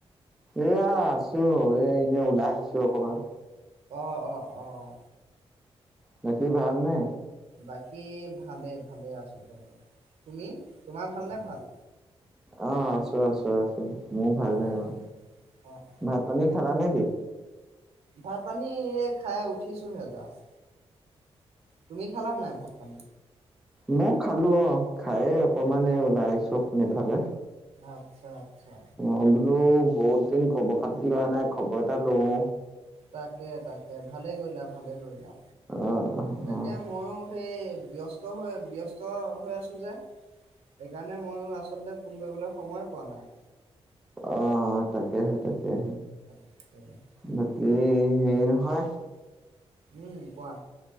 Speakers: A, in the centre; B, on the right (about 75°).
A: এয়া আছো, এই এনেই ওলাই আহিছো অকমান।
B: অঁ অঁ অঁ।
A: বাকী ভাল নে?
B: বাকী ভালেই ভালেই আছো বাৰু, তুমি তোমাৰ ভালনে ভাল?
A: অঁ, আছো আছো আছো। মোৰো ভালেই
B: অ', অ',
A: অঁ,
B: অ',
A: ভাত পানী খালা নেকি?
B: ভাত পানী এই খাই উঠিছোহে জাষ্ট। তুমি খালা নাই ভাত পানী?
A: মই খালো অঁ, খায়েই অকমান এই ওলাই আহিছো এইফালে।
B: আচ্ছা আচ্ছা।
A: ভাবিলো বহুত দিন খবৰ খাতি লোৱা খবৰ এটা লওঁ।
B: তাকে তাকে ভালেই কৰিলা ভালে কৰিলা,
A: অ', অ',
B: তাকে
A: অ'।
B: মইয়ো সেই ব্যস্ত হৈ ব্যস্ত হৈ আছো যে, সেইকাৰণে মইয়ো আচলতে ফোন কৰিবলৈ সময়ে পোৱা নাই।
A: অঁ, তাকেহে তাকেহে।
B: <inaudible>
A: বাকী, হেৰি নহয়।
B: উম, কোৱা?